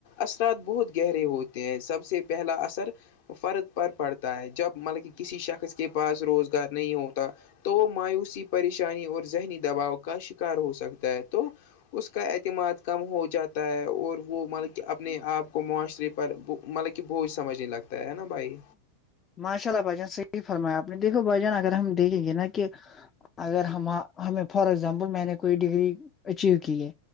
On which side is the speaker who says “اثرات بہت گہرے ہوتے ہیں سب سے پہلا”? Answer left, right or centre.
Left